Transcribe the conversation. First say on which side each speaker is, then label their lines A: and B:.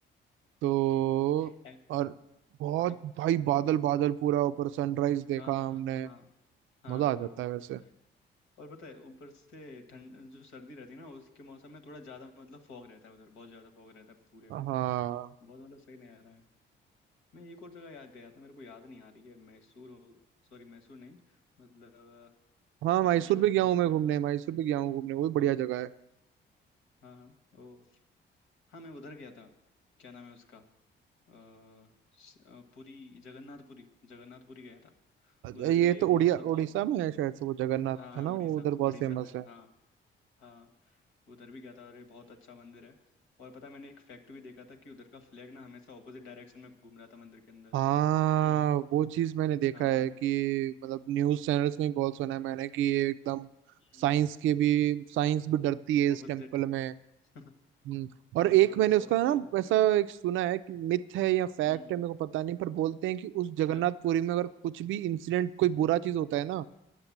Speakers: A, on the right (about 80°); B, on the left (about 80°).
A: तो
B: हम्म एक-
A: और बहुत
B: एक-
A: भाई बादल
B: हम्म
A: बादल पूरा ऊपर सनराइज देखा
B: हाँ हाँ
A: हमने
B: हाँ हाँ
A: मजा
B: हाँ
A: आ जाता
B: हाँ।
A: है वैसे
B: और पता है ऊपर से ठंड जो सर्दी रहती है ना उसके मौसम में थोड़ा ज्यादा मतलब फॉग रहता है उधर बहुत ज्यादा फॉग रहता है पूरे
A: हाँ
B: में बहुत मतलब सही नहीं आ रहा है मैं एक और जगह याद गया था मेरे को याद नहीं आ रही है मैसूर हो सॉरी मैसूर नहीं मतलब
A: हाँ
B: अ, रामेश्वरम
A: मैसूर भी गया
B: हो
A: हूँ
B: गया
A: मैं घूमने मैसूर भी गया हूँ घूमने वो भी बढ़िया
B: ओके
A: जगह
B: हाँ हाँ ओ हाँ मैं उधर गया था क्या नाम है उसका अ, श- अ, पुरी जगन्नाथपुरी जगन्नाथपुरी गया था
A: है
B: उधर
A: ये
B: भी एक
A: तो
B: मतलब
A: उड़िया
B: बहुत
A: उड़ीसा में है शायद से वो जगन्नाथ
B: हाँ हाँ
A: है ना
B: उड़ीसा
A: वो उधर बहुत
B: उड़ीसा
A: फेमस
B: में
A: है
B: हाँ हाँ उधर भी गया था अरे बहुत अच्छा मंदिर है और पता है, मैंने एक फैक्ट भी देखा था कि उधर का फ्लैग ना हमेशा ऑपोजिट डायरेक्शन में घूम रहा था मंदिर के अंदर
A: हाँ
B: हम्म
A: वो चीज मैंने देखा
B: हाँ
A: है कि मतलब न्यूज चैनल्स में भी बहुत सुना है मैंने कि ये एकदम
B: हम्म
A: साइंस के भी साइंस भी डरती है इस
B: ऑपोजिट
A: टेम्पल में
B: <laughs>
A: हम्म, और
B: हाँ
A: एक
B: अरे
A: मैंने उसका
B: बहुत सही
A: ना
B: मंदिर
A: ऐसा
B: है वो
A: एक सुना है कि मिथ है या फैक्ट
B: हम्म
A: है मेरे को पता नहीं पर बोलते हैं कि उस जगन्नाथपुरी
B: क्या
A: में अगर कुछ भी इंसिडेंट कोई बुरा चीज होता है ना